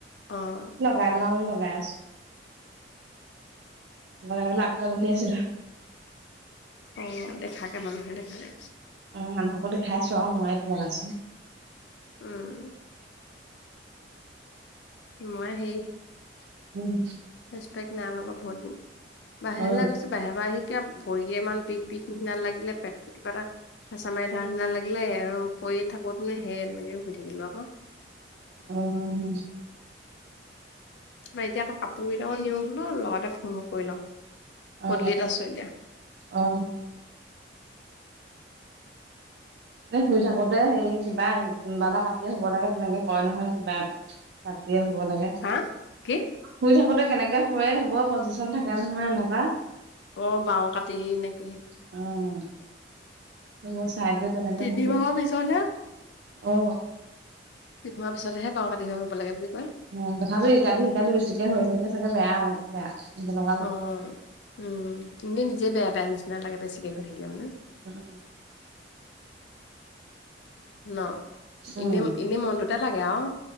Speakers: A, on the left; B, on the right.
A: অ',
B: লগাই পেলও বুলি লগাই আছো। লগাই পেলাই, আগফালে বহি আছিলো।
A: অ' দেখাকে ললোহে দেখাকে।
B: অ' মানুহকো দেখাইছো আৰু মই এইতো লগাইচো।
A: উম। মই সে
B: উম।
A: ফেচ পেক নাই লগোবা বহুত দিন, বাহিৰলৈ
B: অ
A: গৈছো বাহিৰ পৰা আহি কিবা ভৰি ইমান ভিষ ভিষ নিচিনা লাগিলে, পেটটো কিবা এটা হেঁচা মাৰি ধাৰ নিচিনা লাগিলে আৰু পৰি থাকোতে নে সেই এনেকে শুই থাকিলো আকৌ।
B: উম।
A: ম এতিয়া আকৌ কাপোৰ কেইটাকো নিওঁ বোলো, লগতে ফোনো কৰি লওঁ পদোলিত
B: অ
A: আছো এতিয়া।
B: অ'। শুই থাকোতে, হেৰি কিবা কোনোবা এটা কাটিয়ে শুব লাগে, তেনেকে কয় নহয় কিবা কাটি হয় শু'ব লাগে।
A: হা? কি?
B: শুই থাকোতে কেনেকে শুুৱে, সেইবোৰ পজিশন থাকে নহয় এনেকুৱা।
A: অ' বাওঁ কাটি নেকি।
B: অ'। ত মই চাই কৰি
A: তিনিমাহৰ
B: শুবি
A: পিছতহে
B: অ
A: পিন্ধোৱাৰ পিছতহে বাওঁ কাতিহ হৈ শুব লাগে বুলি কয়।
B: অ' তথাপি ইতিয়া শিকালি বেছিকে হৈ থাকিলে চাগে বেয়া হ বেয়া <unintelligible>
A: অ' উম, এনেই নিজে বেয়া বেয়া নিচিনা লাগে, বেছিকৈ শুই থাকিলে মানে।
B: উম।
A: ন,
B: উম
A: এনে এনে মনটোতে লাগে আৰু।